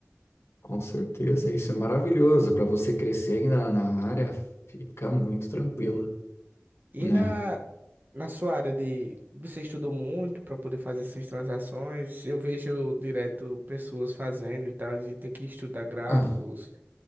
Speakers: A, on the left; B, on the right.
A: Com certeza. Isso é maravilhoso. para você crescer ainda na na área, fica muito tranquilo,
B: E
A: né?
B: na, na sua área de. Você estudou muito para poder fazer essas transações. Eu vejo direto pessoas fazendo e tal, e ter que estudar gráficos
A: Ah,